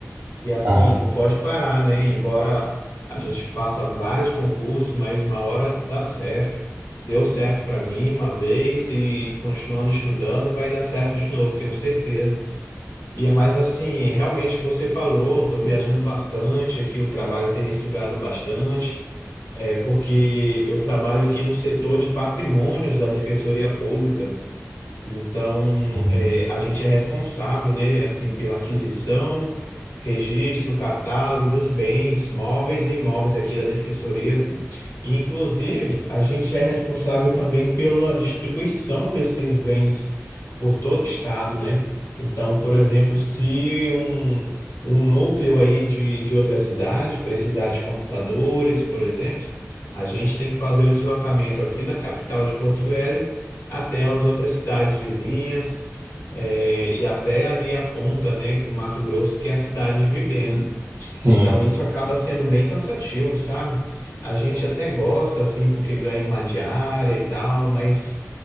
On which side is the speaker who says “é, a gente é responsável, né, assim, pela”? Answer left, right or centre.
Left